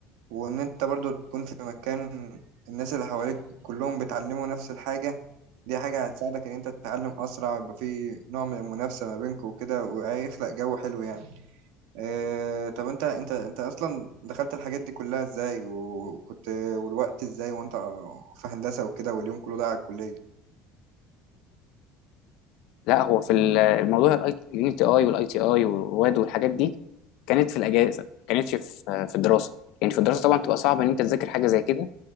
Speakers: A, on the right (about 75°); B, on the left (about 55°).
A: وان انت برضو تكون في مكان الناس اللي حواليك كلهم بيتعلموا نفس الحاجة دي حاجة هتساعدك ان انت تتعلم اسرع ويبقى في نوع من المنافسة ما بينكم وكده وهيخلق جو حلو يعني اه طب انت انت انت اصلا دخلت الحاجات دي كلها ازاي وكنت والوقت ازاي وانت في هندسة وكده واليوم كله ده على الكلية
B: لا هو في ال- الموضوع الان تي اي والاي تي اي ورواد والحاجات دي كانت في الاجازه ما كانتش في آه، في الدراسه يعني في الدراسه طبعا تبقى صعب ان انت تذاكر حاجه زي كده